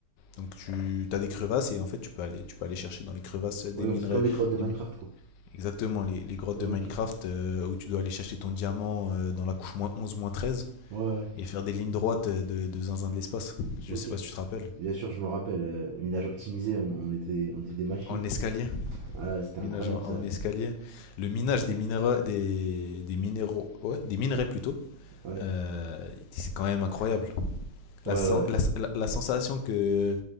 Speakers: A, on the left; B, on the right.
A: Donc, tu as des crevasses et en fait, tu peux aller, tu peux aller chercher dans les crevasses des
B: Ouais, donc
A: minerais.
B: c'est comme les grottes de Minecraft,
A: des mi-
B: quoi.
A: exactement, les, les grottes
B: Ok.
A: de Minecraft euh, où tu dois aller chercher ton diamant euh, dans la couche moins 11 moins treize
B: Ouais, ouais. ouais.
A: et faire des lignes droites euh, de, de zinzin de l'espace. Je
B: Ok.
A: sais pas si tu te rappelles.
B: Bien sûr, je me rappelle, euh, minage optimisé, on, on était, on était des machines.
A: En
B: hein.
A: escalier.
B: Ah, c'était
A: Minage
B: incroyable,
A: en,
B: ça.
A: en escalier. Le minage des minéraux. Des, des minéraux. Ouais, des minerais plutôt.
B: Ouais.
A: Euh, c'est quand même incroyable. La,
B: Ouais,
A: sen-
B: ouais. Ouais,
A: la, la- la sensation que,